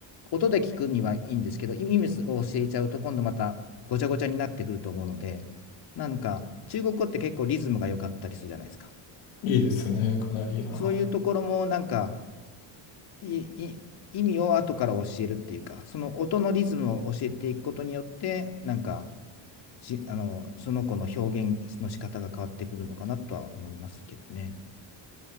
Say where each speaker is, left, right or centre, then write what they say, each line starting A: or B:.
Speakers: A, on the left; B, on the left.
A: 音で聞くにはいいんですけど、意味を教えちゃうと今度またごちゃごちゃになってくると思うので、なんか中国語って結構リズムが良かったりするじゃないですか。
B: いいですね。かなり。は
A: そういうところもなんかいい意味を後から教えるっていうか、その音のリズムを教えていくことによって、なんかし、あの、その子の表現の仕方が変わってくるのかなとは思いますけどね。